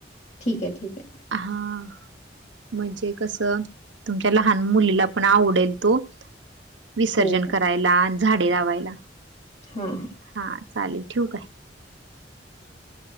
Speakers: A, on the left; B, on the right.
A: ठीक आहे ठीक आहे
B: हां. म्हणजे कसं तुमच्या लहान मुलीला पण आवडेल तो विसर्जन
A: हो, हो.
B: करायला अन झाडे लावायला
A: ह हम
B: हा चालेल ठीव काय
A: '' <unintelligible>